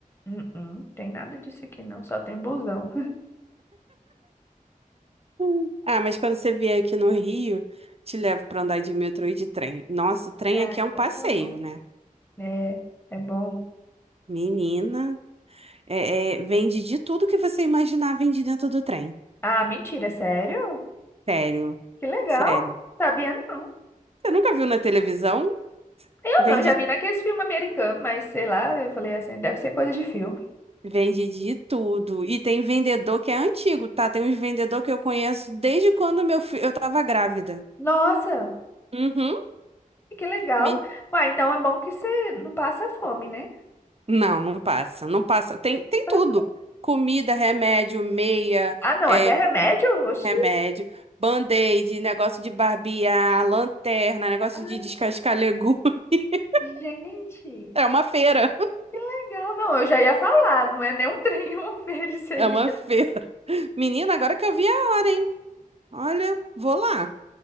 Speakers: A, on the left (about 15°); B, on the right (about 45°).
A: Hum, hum, Tem nada disso aqui, não. Só tem busão.
B: Hum. Ah, mas quando você vier aqui no Rio, te levo pra andar de metrô e de trem. Nossa, o trem
A: Ah,
B: aqui
A: então
B: é um passeio,
A: tá bom.
B: né?
A: É, é bom.
B: Menina, é, é, vende de tudo que você imaginar, vende dentro do trem.
A: Ah, mentira, sério?
B: Sério,
A: Que legal.
B: sério.
A: Sabia não.
B: Você nunca viu na televisão?
A: Eu
B: Vende
A: não, já vi naqueles filmes americanos, mas sei lá, eu falei assim, deve ser coisa de filme.
B: Vende de tudo. E tem vendedor que é antigo, tá? Tem uns vendedor que eu conheço desde quando meu filho, eu tava grávida.
A: Nossa,
B: Uhum.
A: que legal.
B: Me-
A: Ué, então é bom que você não passa fome, né?
B: Não, não passa, não passa. Tem, tem
A: Ba-
B: tudo. Comida, remédio, meia,
A: Ah, não,
B: é,
A: até remédio? Oxi.
B: remédio, band-aid, negócio de barbear, lanterna, negócio
A: Ah,
B: de descascar legume. <laughs>
A: gente,
B: É uma feira. <laughs>
A: legal. Não, eu já ia falar, não é nem um <laughs> trem, é uma feira isso aí
B: É uma
A: já.
B: feira. Menina, agora que eu vi a hora, hein? Olha, vou lá.